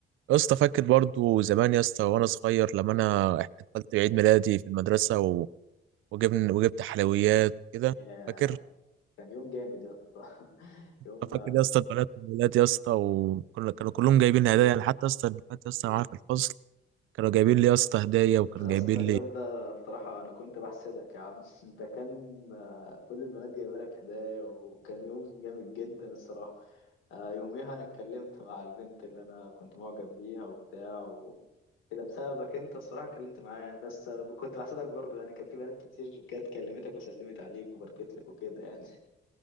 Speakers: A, on the right; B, on the left.
A: يا اسطى فاكر برضو زمان يا اسطى وانا صغير لما انا احتفلت بعيد ميلادي في المدرسه و... وجبنا وجبت حلويات وكده
B: يا-
A: فاكر
B: كان يوم جامد يا اسطى <laughs> يوم
A: فاكر يا اسطى البنات والولاد يا اسطى وكنا كانوا كلهم جايبين هدايا يعني حتى يا اسطى البنات يا اسطى معايا في الفصل كانوا جايبين لي يا اسطى هدايا وكانوا
B: يا
A: جايبين
B: اسطى اليوم
A: لي
B: ده بصراحة أنا كنت بحسدك يا عم <laughs> أنت كان آه، كل البنات جايبة لك هدايا وكان يوم جامد جدا الصراحة آه، يوميها أنا اتكلمت مع البنت اللي أنا كنت معجب بيها وبتاع وكده بسببك أنت الصراحة اتكلمت معاها بس آه، كنت بحسدك برضه يعني كان في بنات كتير جت كلمتك وسلمت عليك وباركت لك وكده يعني